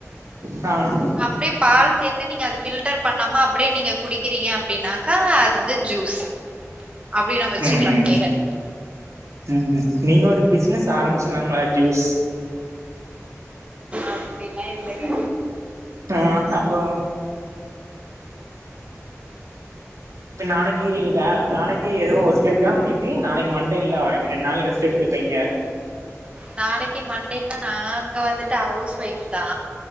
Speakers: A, on the right (about 75°); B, on the right (about 20°).
A: அ
B: அப்டியே பால் சேத்து நீங்க அது பில் பில்டர் பண்ணாம அப்டியே நீங்க குடிக்கிறீங்க அப்படினாக்கா அது வந்து ஜூஸ் அப்டி நம்ம வச்சுக்கலா
A: ம்
B: பேர் அதுக்கு
A: ம் நீங்க ஒரு பிசினஸ் ஆரம்பிச்சிட்லாம ஜூஸ்
B: அப்டிலா இல்லங்க
A: அ ப்பா இப்ப நாளைக்கு வே நாளைக்கு எதுவு ஒர்க் இருக்கா உங்களுக்கு நாளைக்கு மண்டே இல்ல ரெண்டு நாள் ரெஸ்ட் எடுத்திருப்பீங்க
B: நாளைக்கு மண்டேன்னா நாங்க வந்துட்டு ஹவுஸ் ஒயிஃப் தா